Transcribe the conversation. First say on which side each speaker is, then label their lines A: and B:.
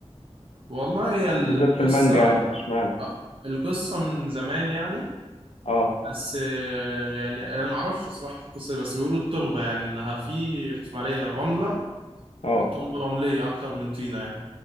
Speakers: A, on the right; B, on the left.
A: والله هي القصه
B: بالذات في المانجا يعني اشمعنى
A: آه، القصة من زمان يعني
B: اه
A: بس آه، يعني انا ما اعرفش الصراحه في القصه دي، بس بيقولوا التربه يعني انها في في اسماعيليه رمله
B: اه
A: التربه رمليه اكتر من طينه يعني